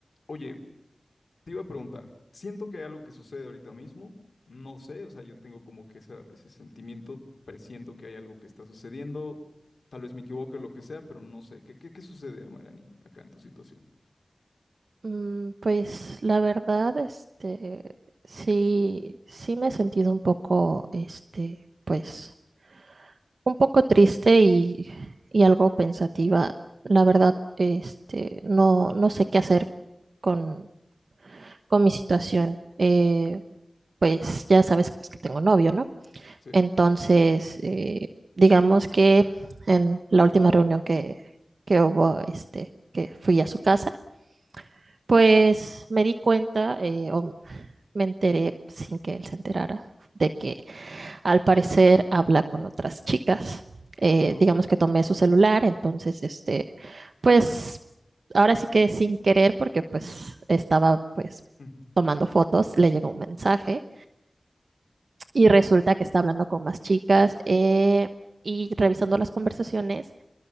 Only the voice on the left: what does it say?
Oye, te iba a preguntar, siento que hay algo que sucede ahorita mismo, no sé, o sea, yo tengo como que esa- ese sentimiento, presiento que hay algo que está sucediendo, tal vez me equivoque o lo que sea, pero no sé, ¿qué, qué, qué sucede, Amarani, acá en tu situación?
Sí,
ok.
Ujú,